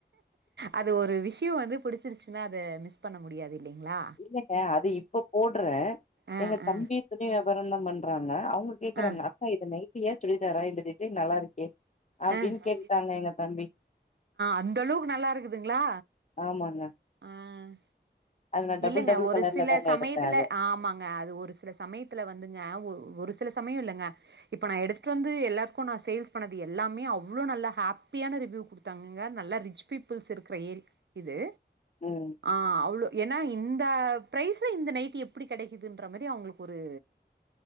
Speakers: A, on the right; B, on the left.
A: அது ஒரு விஷயம் வந்து பிடிச்சிருச்சுன்னா அதை மிஸ் பண்ண முடியாது இல்லைங்களா
B: இல்லங்க அது இப்ப போடுறேன்
A: ஆ
B: எங்க
A: ஆ
B: தம்பி துணி வியாபாரம் தான் பண் <inaudible> கேடக்குறாங்க
A: ஆ
B: அப்பா இது நைட்டியா சுடிதாரா இது இது நல்லா இருக்கே அப்டின்னு
A: ஹ்ஹ
B: கேட்டுட்டாங்க எங்க தம்பி
A: அந்த அளவுக்கு நல்லா இருக்குதுங்களா
B: ஆமாங்க
A: ஆஹ்
B: அது நா டபுள்
A: இல்லங்க
B: டபுள்
A: ஒரு
B: கலர்ல
A: சில
B: தாங்க
A: சமயத்துல
B: எடுத்தே அது
A: ஆமாங்க அது ஒரு சில சமயத்துல வந்துங்க ஒரு சில சமயம் இல்லைங்க இப்ப நான் எடுத்துட்டு வந்து எல்லாருக்கும் நான் சேல்ஸ் பண்ணது எல்லாமே அவ்ளோ நல்ல ஹாப்பியான ரிவ் குடுத்தாங்கங்க நல்ல ரிச் பீபுள்ஸ் இருக்கர ஏரியா இது
B: ம்
A: ஆஹ் அவ்ளோ இந்த பிரைஸ்ல இந்த நைட் எப்படி கிடைக்குதுன்ற மாதிரி அவங்களுக்கு ஒரு